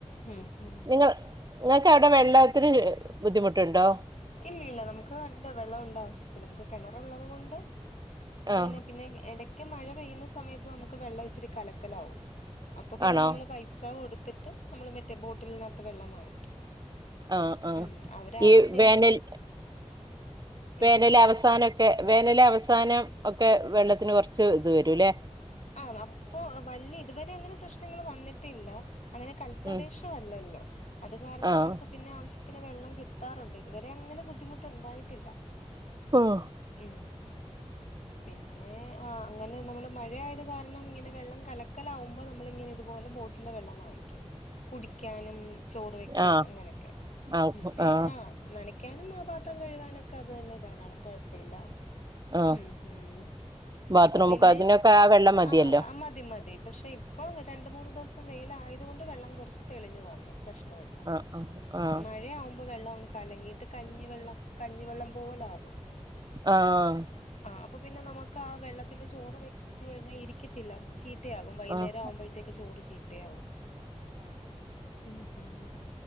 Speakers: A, on the left (about 75°); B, on the right (about 35°).
A: ഉം ഉം
B: നിങ്ങ നിങ്ങൾക്ക് എവിടെ വെള്ളത്തിന് ബുദ്ധിമുട്ടുണ്ടോ
A: ഇല്ല ഇല്ല നമുക്ക് ഇണ്ട് വെള്ളം ഉണ്ട് ആവശ്യത്തിന് നമുക്ക് കിണർ ഉള്ളത് കൊണ്ട് അങ്ങനെ
B: ആഹ്
A: പിന്നെ എട ക്ക് മഴ പെയ്യുന്ന സമയത്ത് നമുക്ക് വെള്ളം ഇച്ചിരി കലക്കലാവും അപ്പൊ പിന്നെ
B: ആണോ
A: നമ്മള് പൈസ കൊടുത്തിട്ട് നമ്മള മറ്റെ ബോ ട്ടിലനകത്തു വെള്ളം വാങ്ങിക്കും
B: ആഹ് ആഹ്
A: മ് അവരാഴ്ച
B: ഈ വേനൽ വേനൽ
A: എന്തോ
B: അവസാനം വേനല് അവസാനം ഒക്കെ വെള്ളത്തിന് കൊറച്ച് ഇത് വരൂല്ലെ
A: ആ അപ്പൊ വല്ല ഇതുവരെ അങ്ങനെ പ്രശ്ന നിങ്ങള് വന്നി ത്തില്ല അങ്ങനെ കൽപ്രദേശം
B: ഉം
A: അല്ലല്ലോ അത് കാരണം
B: ആഹ്
A: നമുക്ക് പിന്നെ ആവശ്യ ത്തിന് വെള്ളം കിട്ടാറുണ്ട് ഇതുവരെ അങ്ങനെ ബുദ്ധിമുട്ടുണ്ടായിട്ടില്ല
B: ഉം
A: ഉം പിന്നേ ആ അങ്ങനെ നമ്മള് മഴ ആയത് കാരണം ഇങ്ങനെ വെള്ളം കലക്കല് ആകുമ്പോ നമ്മള് ഇങ്ങനെ ഇതുപോലെ ബോട്ടിലിലെ വെള്ളം വാങ്ങിക്കും കുടിക്കാനും ചോറ് വെക്കാൻ
B: ആഹ്
A: അങ്ങനൊക്കെ
B: ആഹ്
A: പിന്നെ
B: ആഹ്
A: ആ നന ക്കാനും ആ പാത്രം കഴുകാനൊക്കെ അത് തന്നെ ധാരാളം കൊഴ പ്പില്ല
B: ആഹ്
A: മ്ഹ് ഹ്
B: ബാത്റൂമൊക്കെ
A: ഇപ്പൊ പിന്നെ
B: അതിനൊക്കെ ആ വെള്ളം മതിയല്ലോ
A: ആഹ് ആ മതി മതി പക്ഷെ ഇപ്പൊ രണ്ട് മൂന്ന് ദിവസ വെയില് ആയത് കൊണ്ട് വെള്ളം കൊറച്ച് തെളിഞ്ഞു വന്നു പ്രശ്നമില്ല
B: ആഹ് ആഹ് ആഹ്
A: മഴയാവുമ്പോ വെള്ളം കലങ്ങിയിട്ട് കഞ്ഞിവെള്ളം കഞ്ഞിവെള്ളം പോലാകും
B: ആഹ്
A: ആ അപ്പൊ പിന്നെ നമുക്ക് ആ വെള്ളത്തില് ചോറ് വെച്ച് കഴിഞ്ഞാൽ ഇരിക്കത്തില്ല ചീത്തയാകും വൈകുന്നേരം
B: ആഹ്
A: ആവുമ്പോഴത്തേക്ക് ചോറ് ചീത്തയാകും ഉം ഉം